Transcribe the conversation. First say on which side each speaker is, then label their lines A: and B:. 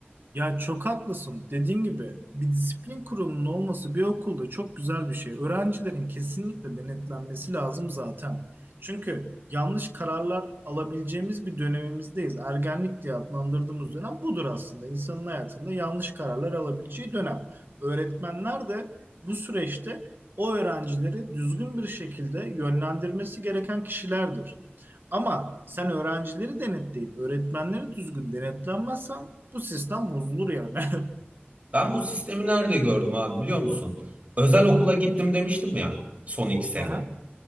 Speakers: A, on the right; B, on the right.
A: Ya çok haklısın. Dediğin gibi bir disiplin kurulunun olması bir okulda çok güzel bir şey. Öğrencilerin kesinlikle denetlenmesi lazım zaten. Çünkü yanlış kararlar alabileceğimiz bir dönemimizdeyiz. Ergenlik diye adlandırdığımız dönem budur aslında. İnsanın hayatında yanlış kararlar alabileceği dönem. Öğretmenler de bu süreçte o öğrencileri düzgün bir şekilde yönlendirmesi gereken kişilerdir. Ama sen öğrencileri denetleyip öğretmenleri düzgün denetlenmezsen bu sistem bozulur yani. <laughs>
B: Ben bu sistemi nerede gördüm abi biliyor musun? Özel
A: Hı
B: okula
A: hı.
B: gittim demiştim ya son iki sene.
A: Aha.